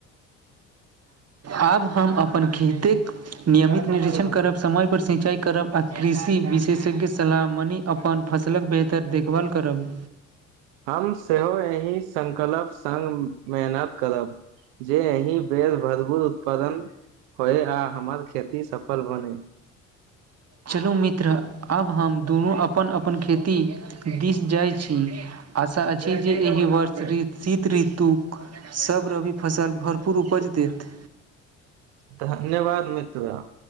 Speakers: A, on the right (about 40°); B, on the right (about 70°).
A: आब हम अपन खेतेक नियमित निरीक्षण करब समय पर सिंचाई करब आ कृषि विशेषज्ञ सलाहमनी अपन फसलक बेहतर देखभाल करब
B: हम सेहो एहि सङ्कल्प सङ्ग मेहनत करब। जे एहिी बेर भरपूर उत्पादन होय आ हमर खेती सफल बने
A: चलू मित्र आब हम दुनू अपन अपन खेती दिस जाइ छीय। आशा अछि जे एहि वर्ष शीत ऋतु सभ रवि फसल भरपूर उपज देत
B: धन्यवाद मित्र